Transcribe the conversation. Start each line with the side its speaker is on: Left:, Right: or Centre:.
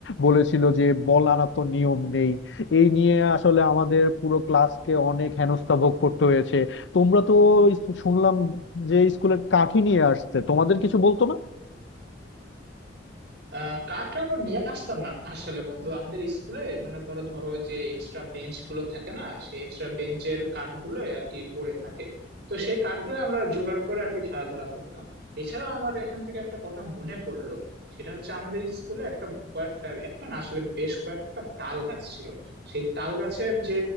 Left: বলেছিল যে বল আনা তো নিয়ম নেই এই নিয়ে আসলে আমাদের পুরো ক্লাসকে অনেক হেনস্থা ভোগ করতে হয়েছে তোমরা তো ইস- শুনলাম যে স্কুলের কাঠি নিয়ে আসছে তোমাদের কিছু বলতো না
Right: আহ কাঠ আমরা নিয়ে আসতাম না আসলে বন্ধু আমাদের স্কুলে মনে করো ধরো যে এক্সট্রা বেঞ্চ গুলো থাকে না সেই এক্সট্রা বেঞ্চের কাঠ গুলো আর কি পড়ে থাকে তো সেই কাঠগুলো আমরা জোগাড় করে আর কি খেলাধুলা করতাম এছাড়া আমার এখান থেকে একটা কথা মনে পড়লো সেটা হচ্ছে আমাদের স্কুলে একটা কয়েকটা একটা না আসলে বেশ কয়েকটা তাল গাছ ছিল সেই তাল গাছের যে